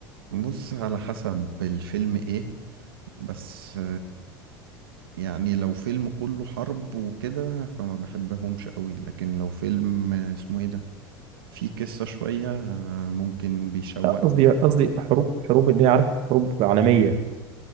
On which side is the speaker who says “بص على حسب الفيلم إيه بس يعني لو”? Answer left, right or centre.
Right